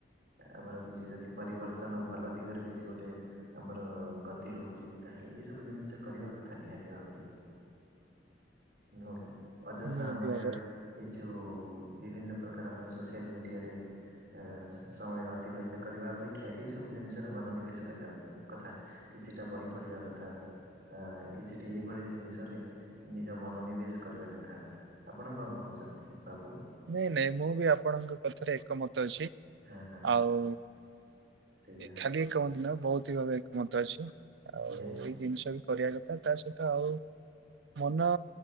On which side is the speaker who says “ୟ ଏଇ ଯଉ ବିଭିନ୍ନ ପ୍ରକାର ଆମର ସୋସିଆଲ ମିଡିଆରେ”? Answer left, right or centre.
Right